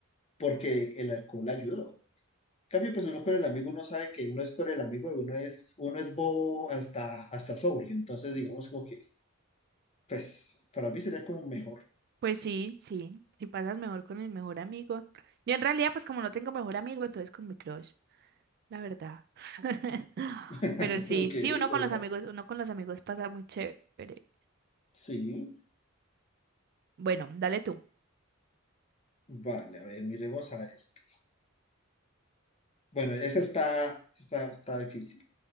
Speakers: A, on the left; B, on the right.
A: porque el alcohol ayudó. En cambio, pues uno con el amigo, uno sabe que uno es con el amigo y uno es, uno es bobo hasta, hasta sobrio. Entonces, digamos como que, pues, para mí sería como mejor.
B: pues sí, sí, si pasas mejor con el mejor amigo. Yo en realidad, pues como no tengo mejor amigo, entonces con mi crush, la verdad. <laughs>
A: <laughs>
B: Pero sí,
A: Ok,
B: sí, uno
A: bueno,
B: con los amigos, uno con los amigos pasa muy chévere.
A: sí.
B: Bueno, dale tú.
A: Vale, a ver, miremos a esto. Bueno, esta está, esta está está difícil.